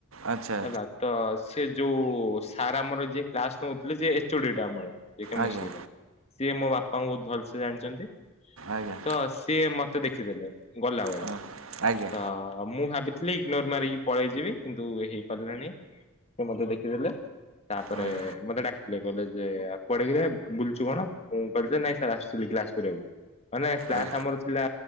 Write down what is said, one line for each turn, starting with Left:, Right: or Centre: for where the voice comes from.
Right: ଆଚ୍ଛା
Left: ହେଲା। ତ ସେ ଯୋଉ ସାର୍ ଆମର ଯିଏ କ୍ଲାସ୍ ନୋଉଥିଲେ ଯେ ଏଚୋଡି ଟା ଆମର। ସେ କେମେଷ୍ଟ୍ରି
Right: ଆଚ୍ଛା
Left: ର, ସିଏ ମୋ ବାପା ଙ୍କୁ ବୋହୁତ୍ ଭଲସେ ଜାଣିଛନ୍ତି।
Right: ଆଜ୍ଞା।
Left: ତ ସିଏ ମତେ ଦେଖିଦେଲେ ଗଲାବେଳେ।
Right: ହଁ ଆଜ୍ଞା।
Left: ହ ମୁଁ ଭାବିଥିଲି ଇଗ୍ନୋର ମାରିକି ପଳେଇଯିବି, କିନ୍ତୁ ହେଇପାରିଲାନି। ସେ ମତେ ଦେଖିଦେଲେ। ତାପରେ
Right: ଆଜ୍ଞା
Left: ମତେ ଡାକିଥିଲେ। କହିଲେ ଯେ ଆଉ କୁଆଡେ କିରେ ବୁଲଚୁ କଣ? ମୁଁ କହିଲି ଯେ ନାଇଁ ସାର୍ ଆସିଥିଲି କ୍ଲା କରିବାକୁ। ମାନେ କ୍ଲାସ୍
Right: ଏ
Left: ଆମର ଥିଲା,